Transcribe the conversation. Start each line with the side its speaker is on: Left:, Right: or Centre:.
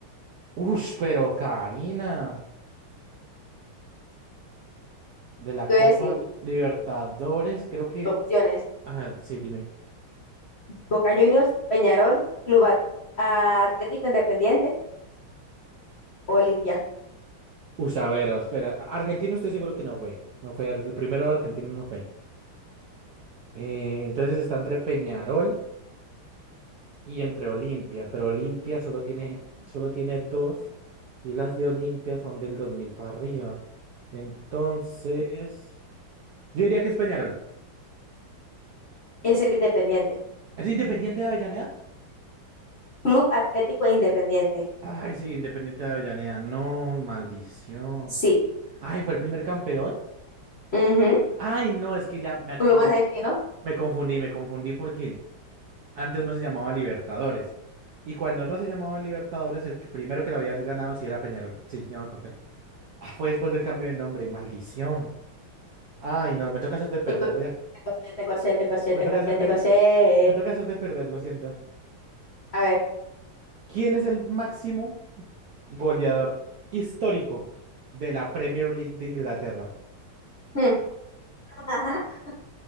Right: Ush, pero Karina, de la
Left: Te
Right: Copa
Left: voy a decir
Right: Libertadores, creo que...
Left: opciones.
Right: A ver, sí, dime.
Left: Boca Juniors, Peñarol, Club At- ah, Atlético Independiente o Olimpia.
Right: Uy, a ver, oh, espera. Argentino estoy seguro que no fue. No fue, ar- el primero argentino no fue. Eh, entonces está entre Peñarol y entre Olimpia, pero Olimpia solo tiene, solo tiene dos y las de Olimpia son del 2000 para arriba. Entonces, yo diría que es Peñarol.
Left: Es el Independiente.
Right: ¿Es Independiente de Avellaneda?
Left: Club Atlético Independiente.
Right: Ay, sí, Independiente de Avellaneda. No, maldición.
Left: Sí.
Right: Ay, ¿fue el primer campeón?
Left: Ujú.
Right: Ay, no, es que ya me,
Left: Club
Right: acu- me,
Left: Argentino.
Right: me confundí, me confundí porque... Antes no se llamaba Libertadores. Y cuando no se llamaba Libertadores, el que- primero que la habían ganado sí era Peñarol. Sí, ya me acordé. Ah, fue después del cambio de nombre. Maldición. Ay, no, me toca hacerte perder,
Left: Te corché,
Right: voy a.
Left: te corché, te corché, te corché,
Right: Me
Left: te
Right: toca
Left: corché,
Right: hacerte.
Left: te corché.
Right: Me toca hacerte perder, lo siento.
Left: A ver.
Right: ¿Quién es el máximo goleador histórico de la Premier League de Inglaterra?
Left: hmm. <laughs>